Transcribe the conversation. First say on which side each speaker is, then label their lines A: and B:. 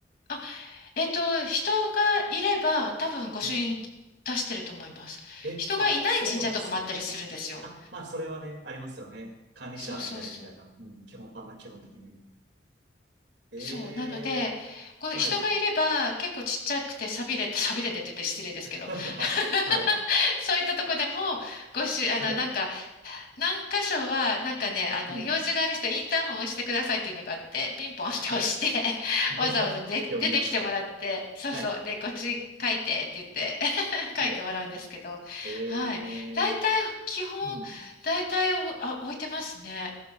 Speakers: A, on the left (about 55°); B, on the right (about 80°).
A: あ、えっと、人がいれば多分御朱印出してると思います。
B: うん。え、
A: 人がいない神社とかもあったりするんですよ。
B: あ、そうなんですね。あ、まあ、それはね、ありますよね。管理者偉大みたいな。
A: そうそうそう。
B: うん、基本、あんな基本的にも。え
A: そう。なので、
B: えはい。
A: こう人がいれば結構ちっちゃくて寂れて、寂れてって言って失礼ですけど、
B: <laughs> は、
A: <laughs>
B: はい。
A: そういったとこでも、ご朱あの、
B: はい。
A: なんか、何箇所は、なんかね、あの、
B: うん。
A: 用事がある人はインターホンを押してくださいっていうのがあって、ピンポンって押して、
B: はい。
A: <laughs>
B: <laughs>
A: わざわざで出てきてもらって、
B: 呼び出して。
A: そうそう、
B: はい。
A: で、ご主人書いてって言って <laughs> 書いてもらうんですけど、
B: はい。ええ
A: はい。大体、基本、
B: うん。
A: 大体お、あ、置いてますね。